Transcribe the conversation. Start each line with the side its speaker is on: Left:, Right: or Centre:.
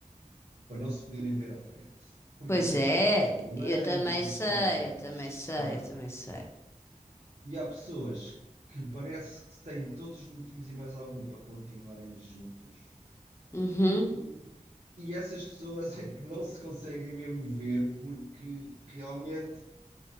Right: para não se poderem ver à frente. Porque
Left: Pois
Right: eu sei
Left: é,
Right: de histórias do Armando,
Left: eu também
Right: sei
Left: sei,
Right: de histórias.
Left: eu também sei,
Right: Pronto.
Left: eu também sei.
Right: E há pessoas que parece que têm todos os motivos e mais algum para continuarem juntos,
Left: Uhum.
Right: e, e essas pessoas é que não se conseguem mesmo ver porque realmente